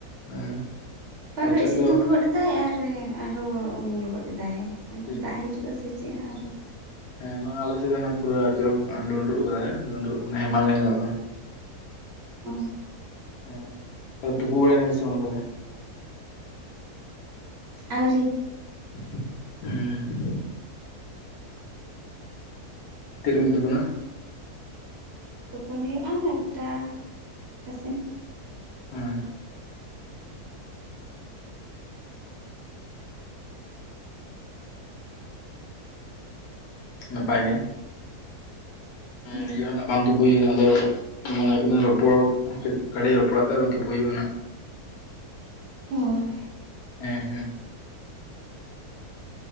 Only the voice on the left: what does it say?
ᱦᱮᱸ
ᱟᱞᱮ
ᱥᱮᱫ
ᱫᱚ
ᱴᱷᱤᱠ
ᱦᱮᱸ ᱱᱚᱜ ᱟᱞᱮᱥᱮᱫ ᱫᱚ ᱱᱟᱹᱜ ᱯᱩᱨᱟᱹ ᱟᱹᱰᱤ ᱡᱳᱨᱮ ᱰᱳᱸᱰᱨᱚᱜ‌ ᱠᱟᱫᱟᱭ ᱰᱳᱸᱰᱨᱚᱜ ᱢᱟᱱᱮ ᱦᱮᱢᱟᱞ ᱜᱮ ᱧᱮᱞᱚᱜ ᱠᱟᱱᱟ
ᱦᱮᱸ ᱛᱟᱦᱽᱞᱮ ᱛᱩᱯᱩ ᱵᱟᱲᱟᱭᱼᱱᱟᱵᱤᱱ ᱥᱮ ᱵᱟᱝ ᱛᱟᱦᱽᱞᱮ
ᱦᱩᱸ ᱛᱤᱨᱤᱵᱤᱱ ᱛᱩᱯᱩᱱᱟᱹ
ᱦᱮᱸ ᱱᱟᱯᱟᱭ ᱜᱮ
ᱱᱤᱡᱮ ᱦᱚ ᱱᱟᱜ ᱵᱟᱝ ᱛᱩᱯᱩ ᱦᱩᱭ ᱠᱟᱱᱟ ᱟᱫᱚ ᱢᱟᱱᱮ ᱦᱩᱭᱩᱜ ᱠᱟᱱᱟ ᱨᱚᱯᱚᱲ ᱠᱟᱹᱡ ᱜᱟᱹᱲᱤᱡ ᱨᱚᱯᱚᱲᱟ ᱛᱮ ᱟᱫᱚ ᱛᱩᱯᱩ ᱦᱩᱭᱩᱜᱼᱟ ᱱᱟᱹᱜ
ᱦᱮᱸ ᱦᱮᱸ